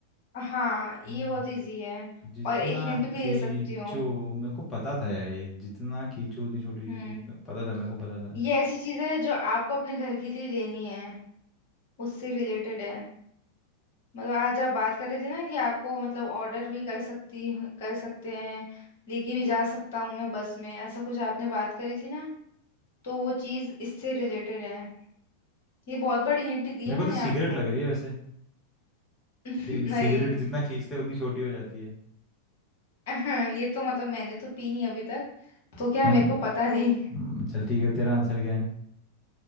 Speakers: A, on the left (about 55°); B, on the left (about 20°).
A: हाँ ये
B: हम्म,
A: बहुत इजी है
B: जितना
A: और एक हिंट भी
B: खींचो
A: दे सकती हूँ
B: मेरे को पता था यार ये जितना खींचो उतनी छोटी
A: हम्म
B: हो जाती है पता था मेरे को पता था
A: ये ऐसी चीज है जो आपको अपने घर के लिए लेनी है उससे रिलेटेड है मतलब आज आप बात कर रहे थे ना कि आपको मतलब ऑर्डर भी कर सकती कर सकते हैं लेके भी जा सकता हूँ मैं बस में ऐसा कुछ आपने बात करी थी ना तो वो चीज इससे रिलेटेड है ये बहुत बड़ी हिंट दी
B: मेरे
A: है
B: को
A: मैंने
B: तो सिगरेट
A: आपको
B: लग
A: <laughs>
B: रही है वैसे
A: नहीं
B: सिग- सिगरेट जितना खींचते हैं उतनी छोटी हो जाती है
A: <laughs> ये तो मतलब मैंने तो पी नहीं अभी तक तो क्या
B: हम
A: मेरे को पता नहीं
B: हम्म, चल ठीक है तेरा आंसर क्या है